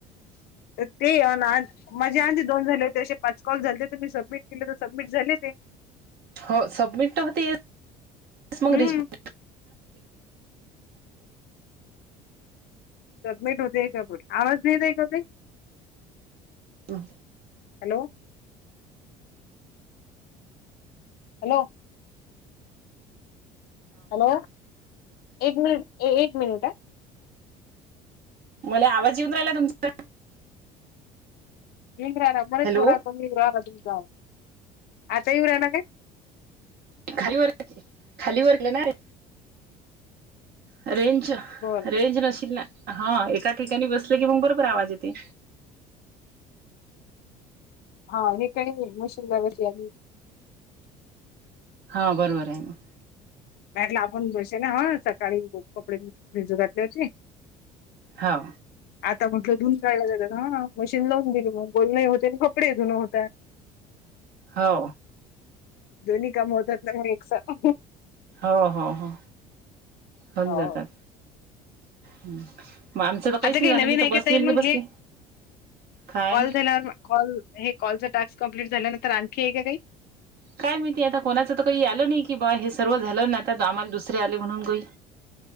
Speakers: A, on the left (about 55°); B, on the right (about 55°).
A: तर ते आणि आज माझे आणि दोन झाले होते असे पाच कॉल झालते. तर मी सबमिट केले तर सबमिट झाले ते.
B: हो सबमिट होते <unintelligible>
A: हम्म. सबमिट होतेय का पुढे? आवाज नाही येत आहे का ताई?
B: <unintelligible>
A: हॅलो. Hello hello. एक मिनिट एक मिनिट हा.
B: मले आवाज येेऊन राहिला तुमचा.
A: भंग राह मणे
B: हॅलो
A: थडा कमींग राहंग आता ये राह ना काय <unintelligible>
B: खाली वर खाली वर <unintelligible> ना मी. रेंज
A: बरं
B: रेंज
A: बरं.
B: नशील ना. हा एका ठिकाणी बसले की मग बरोबर आवाज येते.
A: हा हे काही मशीन <unintelligible> लावली होती.
B: हा बरोबर आहे मग.
A: म्हंटला आपण <unintelligible> हा सकाळी कपडे भिजू घातले होते.
B: हौ.
A: आता म्हटलं धुण <unintelligible> हा मशीन लावून गेली मग बोलण होते आणि कपडे धुणं होतात.
B: हो.
A: दोन्ही काम होतात ना मग एक साथ.
B: हो हो हो. होऊन
A: हो.
B: जातात. हम्म. मग आमचं तर काहीच
A: आता काही
B: नाही झालं.
A: नवीन
B: मी तर
A: आहे
B: बसलेल
A: का ताई
B: की
A: मग
B: बसली.
A: हे?
B: काय?
A: कॉल झाल्यावर कॉल हे कॉलच टास्क कंप्लीट झाल्यानंतर आणखी आहे का काही?
B: काय माहिती आता कोणाचं तर काही आल नाही. की बा हे सर्व झालं ना, आता आम्हाला दुसरे आले म्हणून काही.